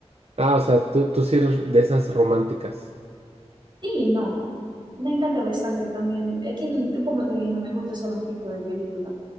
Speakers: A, on the right; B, on the right.
A: Ah, o sea, tú, tú sí eres de esas románticas.
B: Sí, no, me encanta ver sangre también. Es que, tú, como te dije, no me gusta solo un tipo de película.